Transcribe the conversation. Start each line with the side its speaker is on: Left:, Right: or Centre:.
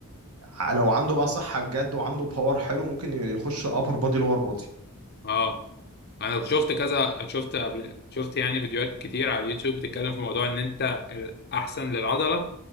Right: ع- لو عنده بقى صحة بجد وعنده باور حلو ممكن يخش ابر بودي لور بودي
Left: اه انا شفت كذا شفت قبل شفت يعني فيديوهات كتير على اليوتيوب بتتكلم في موضوع ان انت الاحسن للعضله